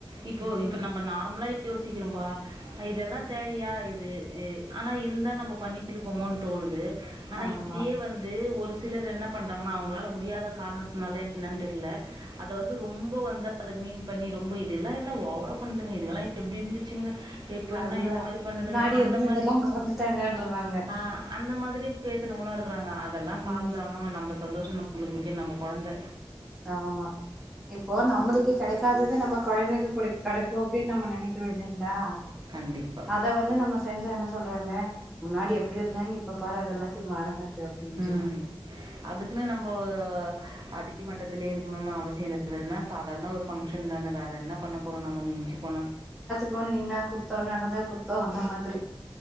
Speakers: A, on the right; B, in the centre.
A: இப்போ
B: ம்
A: இப்ப நம்ம நார்மலா யோசிக்கிறோப்பா அ இதெல்லா தேவையா இது இ ஆனா இருந்தா நம்ம பண்ணிருப்போமோனு தோணுது ஆனா
B: ஆமா
A: இதேயே வந்து ஒரு சிலர் என்ன பண்றாங்கன்னா அவுங்களால முடியாத காரணத்னால என்னனு தெர்ல அத வந்து ரொம்ப வந்து அத மீன் பண்ணி ரொம்ப இது எல்லா என்ன ஓவரா பண்துங்க இதுங்கெல்லா எப்டி இருந்துச்சுங்க ஹே இப்ப
B: அதுதா
A: என்ன இந்த மாரி பண்ணுதுங்க
B: முன்னாடி
A: அந்த
B: இருந்ததெல்லா
A: மாரி
B: மறந்துட்டாங்கன்றுவாங்க
A: அ அந்த மாதிரி பேசுறவங்களு இருக்குறாங்க அதெல்லாம
B: ம்
A: காதல வாங்காம நம்ப சந்தோஷ தா நம்மங்களுக்கு முக்கிய நம்ம கொழந்த
B: ஆமா இப்போ நம்மளுக்கு கெடைக்காதது நம்ம கொழந்தைக்கு கூட கெக்குஇம அப்டின்னு நம்ம நெனைக்கிறோ இல்லைங்களா
A: கண்டிப்பா
B: அத வந்து நம்ம செஞ்சா என்ன சொல்றாங்க முன்னாடி எப்டி இருந்தே இப்ப பாரு அத எல்லாத்தையு மறந்துட்டு அப்டின்றாங்க
A: ம் அதுக்குன்னு நம்போ அடி மட்டத்திலயே இருக்கணுனு அவசிய இல்ல என சாதாரண ஒரு ஃபங்க்ஷன் தான வேற என்ன பண்ண போறோ நம்ம மிஞ்சு போனா
B: போ நின்னா குத்தோ நடந்தா குத்தோ அந்த மாதி